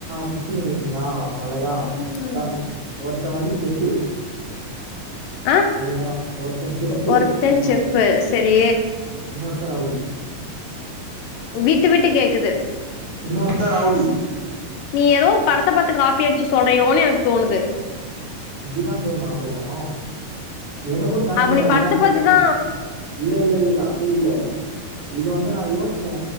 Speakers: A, on the right; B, on the left.
A: புஷ்டிங்க பாத்தீங்களா அலகா
B: ம்.
A: அத்தா ஒருத்த வந்து செஃப் ஃபு
B: ஆ
A: அதுதா ஒருத்த செஃப்ஃபு
B: ஒருத்தன்
A: என்னது
B: செஃப் சரி
A: அ இன்னோர்த்த ரவுடி
B: விட்டு விட்டு கேக்குது
A: வுன்னோர்த்த ரவுடி
B: நீ ஏதோ ஒரு படத்த பாத்து காப்பி அடிச்சு சொல்றியோனு எனக்கு தோணுது
A: அப்டிதா தோந்தா உங்களுக்கு எனக்கு ஸ்டார்டிங்ல
B: அவ நீ
A: அப்டிதான்
B: படத்த பாத்துதா
A: தோனுச்சி இல்ல இல்ல இல்லல்ல அப்டி இல்ல இது வந்து நா யோச்சே